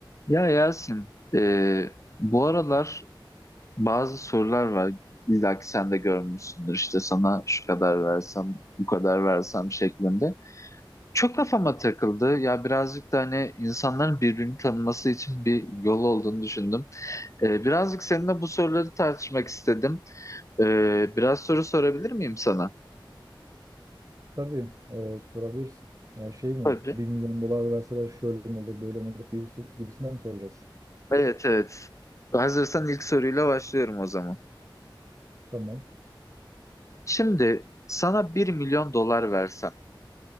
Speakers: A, on the left (about 35°); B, on the right (about 40°).
A: Ya Yasin, e, bu aralar bazı sorular var. İlla ki sen de görmüşsündür İşte sana şu kadar versem, bu kadar versem şeklinde. Çok kafama takıldı. Ya birazcık da hani insanların birbirini tanıması için bir yol olduğunu düşündüm. E, birazcık seninle bu soruları tartışmak istedim. E, biraz soru sorabilir miyim sana?
B: Tabii e, sorabilirsin. Ya şey mi?
A: Tabii.
B: Bir milyon dolar verseler şöyle mi olur, böyle mi olur gibisi, gibisinden mi soracaksın?
A: Evet, evet. Hazırsan ilk soruyla başlıyorum o zaman.
B: Tamam,
A: Şimdi sana bir milyon dolar versem.